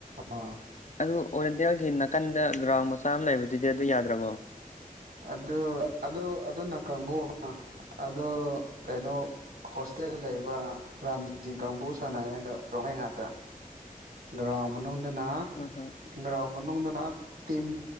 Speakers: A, on the right; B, on the left.
A: ꯑꯣ
B: ꯑꯗꯨ ꯑꯣꯔꯦꯟꯗꯦꯜꯒꯤ ꯅꯥꯀꯟꯗ ꯒ꯭ꯔꯥꯎꯟ ꯃꯆꯥ ꯑꯃ ꯂꯩꯕꯗꯨꯗꯤ ꯑꯗꯨ ꯌꯥꯗ꯭ꯔꯕꯣ
A: ꯑꯗꯨ ꯑꯗꯨ ꯑꯗꯨꯅ ꯀꯪꯕꯒꯨꯝꯅ ꯑꯗꯨ ꯀꯩꯅꯣ ꯍꯣꯁꯇꯦꯜꯗ ꯂꯩꯕ ꯔꯥꯝꯖꯤ ꯀꯥꯡꯕꯨ ꯁꯥꯟꯅꯩꯌꯦꯗꯣ ꯔꯣꯃꯩ ꯉꯠꯇ ꯒ꯭ꯔꯥꯎꯟ ꯃꯅꯨꯡꯗꯅ
B: ꯎꯝ ꯍꯝ
A: ꯒ꯭ꯔꯥꯎꯟ ꯃꯅꯨꯡꯗꯅ ꯇꯤꯝ